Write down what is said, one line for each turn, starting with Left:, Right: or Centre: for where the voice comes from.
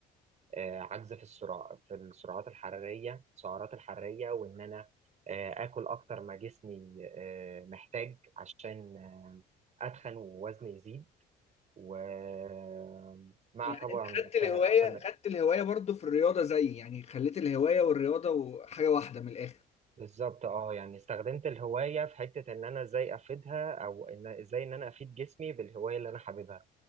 Right: آه، عجز في السرعة في السعرات الحرارية السعرات الحرارية وإن أنا آه، آكل أكتر ما جسمي آه، محتاج عشان أتخن ووزني يزيد ومع
Left: يعني
Right: طبعا
Left: انت خدت
Right: الت-
Left: الهواية
Right: التمرين
Left: خدت الهواية برضو في الرياضة زي يعني خليت الهواية والرياضة وحاجة واحدة من الاخر
Right: بالظبط اه يعني استخدمت الهواية في حتة إن أنا إزاي أفيدها أو إن إزاي إن أنا أفيد جسمي بالهواية اللي أنا حاببها